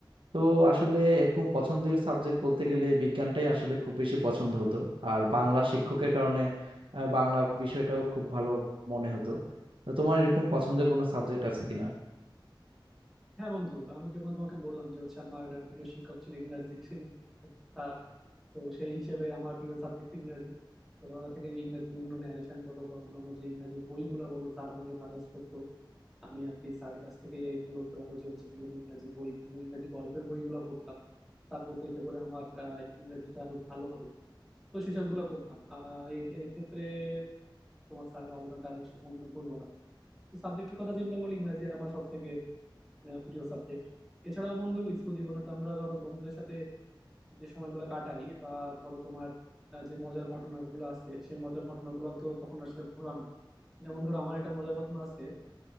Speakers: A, on the right (about 80°); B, in the centre.
A: তো আসলে এরকম পছন্দের সাবজেক্ট বলতে গেলে বিজ্ঞানটাই আসলে খুব বেশি পছন্দ হতো আর বাংলা শিক্ষকের কারণে আহ, বাংলা বিষয়টাও খুব ভালো মনে হতো তো তোমার এরকম পছন্দের কোনো সাবজেক্ট আছে কিনা
B: হ্যাঁ বন্ধু আমি যেমন তোমাকে বললাম যে হচ্ছে আমার আহ, প্রিয় শিক্ষক ছিল ইংরাজি <laughs> স্যার তো সেই হিসেবে আমার প্রিয় সাবজেক্ট ইংরাজি ছোটবেলা থেকে ইংরাজি বিভিন্ন ন্যারেশন বলো বা অন্যান্য যে ইংরাজি বইগুলো বলো স্যার আমাকে সাজেস্ট করতো আমি আর কি স্যারের কাছ থেকে এই বলতে পারো যে হচ্ছে বিভিন্ন ইংরাজি বই বিভিন্ন ইংরাজি গল্পের বইগুলো পড়তাম স্যার বলতে এতে করে আমার আহ, ইংরাজিটা আরো ভালো হবে তো সেসব গুলো করতাম আহ এক্ষেত্রে তোমার স্যারের অবদানটা আমি আসলে কোনো ভুলবো না তো সাবজেক্টের কথা চিন্তা করলে ইংরাজি আমার সব থেকে আহ, প্রিয় সাবজেক্ট এছাড়াও বন্ধু স্কুল জীবনে তো আমরা ধরো বন্ধুদের সাথে যে সময়গুলো কাটাই বা ধরো তোমার আহ, যে মজার ঘটনাগুলো আছে সেই মজার ঘটনাগুলো তো কখনো আসলে ভোলা না যেমন ধরো আমার একটা মজার ঘটনা আছে